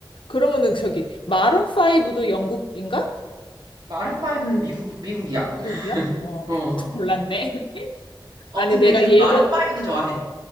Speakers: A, on the left (about 85°); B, on the right (about 65°).
A: 그러면은 저기, 마룬5도 영국인가?
B: 마룬파이브는 미국 미국이야.
A: 미국이야? 어,
B: 어.
A: 내가 좀 몰랐네. <laughs>
B: 어,
A: 아니,
B: 근데
A: 내가
B: 그
A: 예전,
B: 마룬파이브도 좋아해.